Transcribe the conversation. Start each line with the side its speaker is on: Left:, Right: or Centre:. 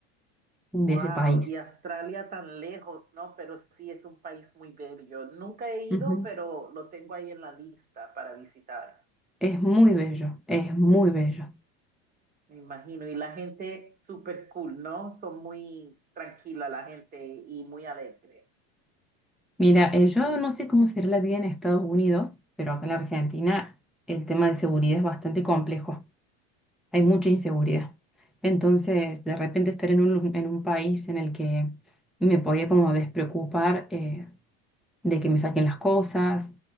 Centre: de
Right: wow,
Centre: ese país.
Right: y Australia tan lejos, ¿no? Pero sí es un país muy bello. Nunca he ido,
Centre: Ujú.
Right: pero lo tengo ahí en la lista para visitar,
Centre: Es muy bello, es muy bello.
Right: me imagino. Y la gente súper cool, ¿no? Son muy tranquila la gente y muy alegre.
Centre: Mira, eh, yo no sé cómo será la vida en Estados Unidos, pero acá en la Argentina el tema de seguridad es bastante complejo. hay mucha inseguridad. Entonces, de repente estar en un, lu- en un país en el que me podía como despreocupar eh, de que me saquen las cosas,